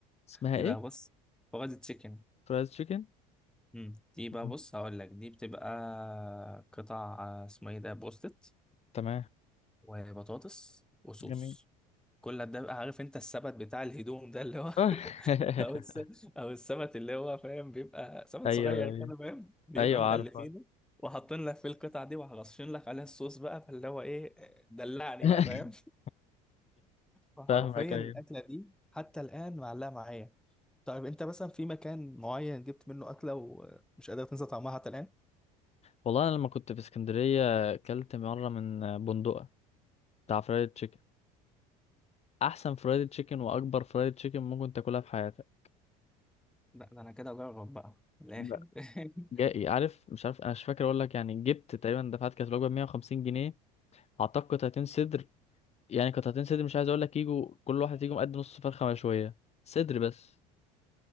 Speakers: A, on the left (about 40°); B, in the centre.
A: اسمها
B: دي
A: ايه
B: بقى بص فرايز تشيكن
A: فرايز تشيكن
B: مم. دي بقى
A: مم.
B: بص هقول لك دي بتبقى قطع آه، اسمه ايه ده بروستت
A: تمام
B: وبطاطس وصوص
A: جميل
B: كل ده بقى عارف انت السبت بتاع الهدوم ده اللي هو
A: <laughs>
B: <laughs> او الس... او السبت اللي هو فاهم بيبقى سبت
A: ايوه
B: صغير
A: ايوه
B: كده فاهم بيبقى
A: ايوه
B: مغلفينه
A: عارفه
B: وحاطين لك فيه القطع دي وهرشين لك عليها الصوص بقى فاللي هو ايه دلعني
A: <laughs>
B: بقى فاهم فحرفيا
A: فاهمك ايوه
B: الاكله دي حتى الان معلقه معايا طيب انت مثلا في مكان معين جبت منه اكله ومش قادر تنسى طعمها حتى الان
A: والله انا لما كنت في اسكندريه اكلت مره من بندقه بتاع فرايد تشيكن احسن فرايد تشيكن واكبر فرايد تشيكن ممكن تاكلها في حياتك
B: لا ده انا كده اجرب بقى من الاخر
A: لا
B: <laughs>
A: جاي عارف مش عارف انا مش فاكر اقول لك يعني جبت تقريبا دفعت كانت الوجبه 150 جنيه اعتقد قطعتين صدر يعني قطعتين صدر مش عايز اقول لك يجوا كل واحد يجوا قد نص فرخه مشويه صدر بس